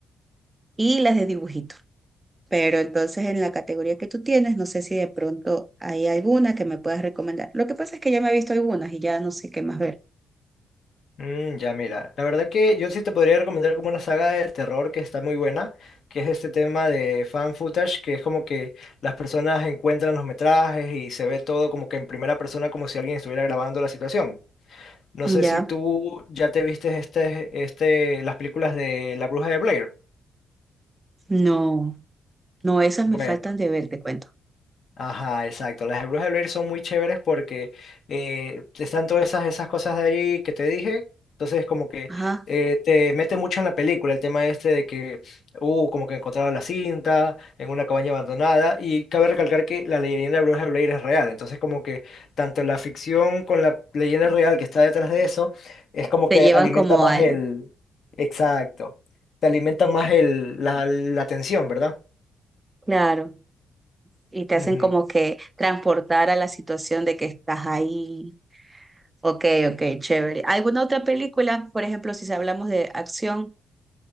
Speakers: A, on the right; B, on the left.
A: Y las de dibujitos. Pero entonces en la categoría que tú tienes, no sé si de pronto hay alguna que me puedas recomendar. Lo que pasa es que ya me he visto algunas y ya no sé qué más ver.
B: Mm, ya, mira, la verdad que yo sí te podría recomendar como una saga de terror que está muy buena, que es este tema de fan footage, que es como que las personas encuentran los metrajes y se ve todo como que en primera persona, como si alguien estuviera grabando la situación. No
A: Ya,
B: sé si tú ya te viste este, este, las películas de La Bruja de Blair.
A: no, no, esas
B: Bueno.
A: me faltan de ver, te cuento.
B: Ajá, exacto. Las de Bruja de Blair son muy chéveres porque eh, están todas esas, esas cosas de ahí que te dije. Entonces, como que
A: Ajá,
B: eh, te mete mucho en la película el tema este de que, uh, como que encontraron la cinta en una cabaña abandonada. Y cabe recalcar que la leyenda de Bruja de Blair es real. Entonces, como que tanto la ficción con la leyenda real que está detrás de eso, es como
A: te
B: que
A: llevan
B: alimenta
A: como
B: más
A: al,
B: el... Exacto. Te alimentan más el, la, la tensión, ¿verdad?
A: claro, y te hacen
B: Ujú.
A: como que transportar a la situación de que estás ahí. Ok, ok, chévere. ¿Alguna otra película? Por ejemplo, si hablamos de acción.